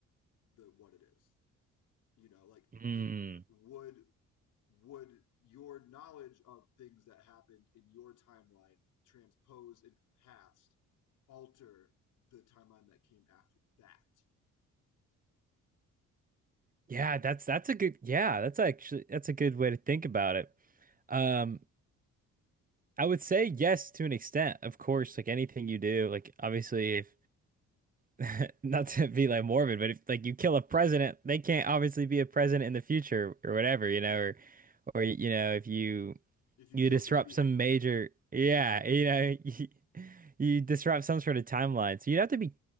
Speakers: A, on the left; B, on the right.
A: the what it is? You know, like
B: Mm.
A: like would would your knowledge of things that happened in your timeline transposed into the past alter the timeline that came after that?
B: Yeah,
A: You know what I mean?
B: that's that's a good yeah, that's actually that's a good way to think about it. Um, I would say yes to an extent, of course, like anything you do, like obviously if <laughs> not to be like morbid, but if like you kill a president, they can't obviously be a president in the future or whatever, you know, or or you know, if you
A: If you
B: you
A: kill
B: disrupt
A: baby Hitler,
B: some major yeah,
A: yeah,
B: you know,
A: yeah.
B: <laughs> You disrupt some sort of timeline. So you'd have to be